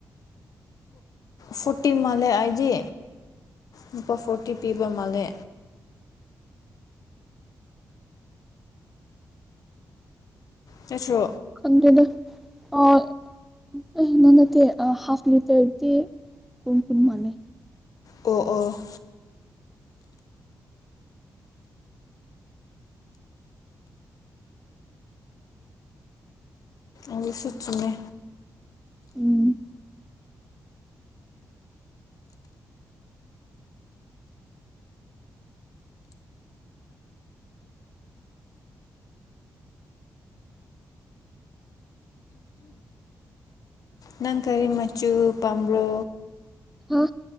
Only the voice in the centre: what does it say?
ꯈꯪꯗꯦꯗ ꯑꯣꯏ <unintelligible> ꯍꯥꯐ ꯂꯤꯇꯔꯗꯤ ꯀꯨꯟ ꯀꯨꯟ ꯃꯥꯅꯦ
ꯎꯝ
ꯍꯥ